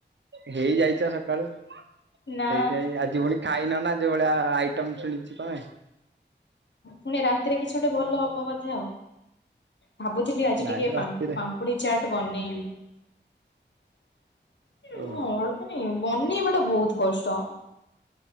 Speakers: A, on the right; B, on the left.
A: ହେଇ ଯାଇଛ ସକାଳୁ। ସେଇଥିଇଁ
B: ନା
A: ଆଜି ଭଳି ଖାଇନ ନା ଯୋଉ ଭଳିଆ ଆଇଟମ୍ ଶୁଣିଛି ତମେ?
B: ପୁଣି ରାତିରେ କିଛି ଗୋଟେ ଭଲ ହବ ବୋଧେ ଆଉ। ଭାବୁଥିଲି ଆଜି
A: ନାଇଁ
B: ଟିକେ
A: ମ ରାତିରେ
B: ପାମ୍ ପାମ୍ ପାପୁଡି ଚାଟ ବନେଇବି। ନାଇଁ
A: ଓହୋ
B: ନାଇଁ ବନେଇବା ଟା ବହୁତ କଷ୍ଟ।